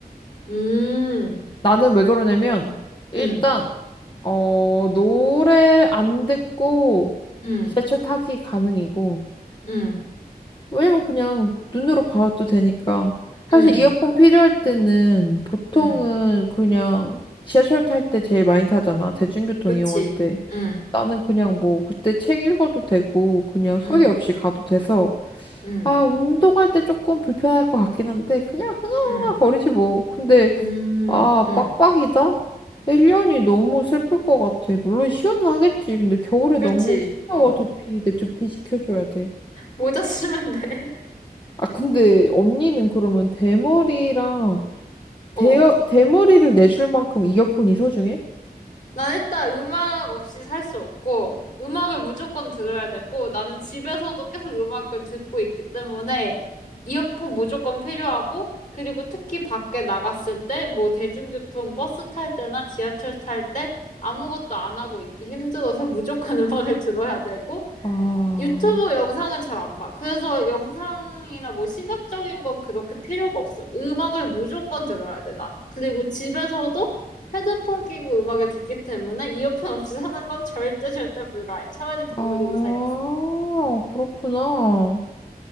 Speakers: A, on the left (about 50°); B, on the left (about 30°).
A: 음,
B: 나는 왜 그러냐면, 일단,
A: 음,
B: 어, 노래 안 듣고
A: 음,
B: 지하철 타기 가능이고,
A: 음,
B: 왜냐면 그냥 눈으로 봐도 되니까. 사실
A: 음,
B: 이어폰 필요할 때는 보통은
A: 음,
B: 그냥 지하철 탈 때 제일 많이 타잖아. 대중교통
A: 그렇지.
B: 이용할 때.
A: 음,
B: 나는 그냥 뭐 그때 책 읽어도 되고 그냥 소리
A: 음,
B: 없이 가도 돼서
A: 음,
B: 아 운동할 때 조금 불편할 것 같긴 한데 그냥 흥얼흥얼
A: 음,
B: 거리지 뭐. 근데
A: 음,
B: 아
A: 음,
B: 빡빡이다? 1년이 너무 슬플 것 같아. 물론 시원하겠지. 근데 겨울에
A: 그렇지.
B: 너무 시려워
A: 어,
B: 두피. 내 두피 지켜줘야 돼.
A: 모자 쓰면 돼. <laughs>
B: 아, 근데 언니는 그러면 대머리랑 대
A: 어.
B: 대머리를 내줄 만큼 이어폰이 소중해?
A: 난 일단 음악 없이 살 수 없고, 음악을 무조건 들어야 되고, 나는 집에서도 계속 음악을 듣고 있기 때문에, 이어폰 무조건 필요하고, 그리고 특히 밖에 나갔을 때, 뭐 대중교통 버스 탈 때나 지하철 탈 때, 아무것도 안 하고 있기 힘들어서 무조건 <laughs> 음악을 들어야 되고,
B: 아,
A: 유튜브 영상은 잘 안 봐. 그래서 영상이나 뭐 시각적인 건 그렇게 필요가 없어. 음악을 무조건 들어야 돼, 나는. 그리고 집에서도 헤드폰 끼고 음악을 듣기 때문에 이어폰 없이 사는 건 절대 절대 불가해. 차라리 대머리도
B: 아,
A: 살겠어.
B: 그렇구나.